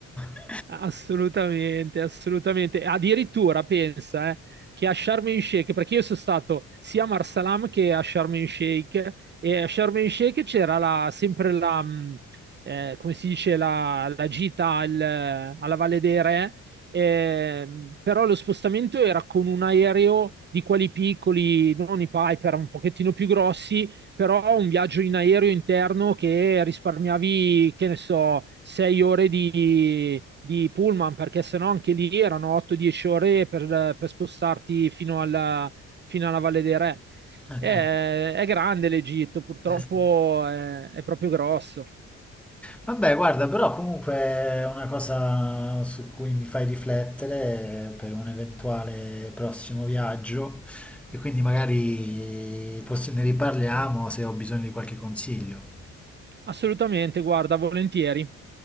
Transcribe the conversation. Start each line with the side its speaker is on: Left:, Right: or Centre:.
Centre: <laughs>
Right: Assolutamente, assolutamente. Addirittura pensa eh, che a Sharm el Sheikh, perché io sono stato sia a Marsalam che a Sharm el Sheikh, e a Sharm el Sheikh c'era la- sempre la, mh, eh, come si dice, la, la gita al- alla Valle dei Re, eh, però lo spostamento era con un aereo di quelli piccoli, non i Piper, un pochettino più grossi, però un viaggio in aereo interno che risparmiavi, che ne so, sei ore di, di pullman, perché sennò anche lì erano 8-10 ore per, per spostarti fino alla, fino alla Valle dei Re.
Centre: Ah,
Right: È,
Centre: cavolo.
Right: è grande l'Egitto, purtroppo
Centre: Eh, sì.
Right: è, è proprio grosso.
Centre: Vabbè, guarda, però comunque è una cosa su cui mi fai riflettere per un eventuale prossimo viaggio e quindi magari possi- ne riparliamo se ho bisogno di qualche consiglio.
Right: Assolutamente, guarda, volentieri.